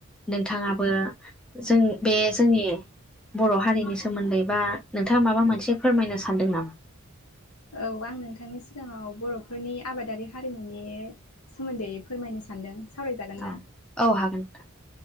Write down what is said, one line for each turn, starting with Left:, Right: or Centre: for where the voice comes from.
Centre: नोंथाङाबो जों बे जोंनि बर' हारिनि सोमोन्दै बा नोंथाङा माबा मोनसे फोरमायनो सानदों नामा
Left: नोंथांनि सिगाङाव बर'फोरनि आबादारि हारिमुनि सोमोन्दै फोरमायनो सानदों सावरायजागोन
Centre: औ
Left: ना
Centre: औ हागोन नोंथां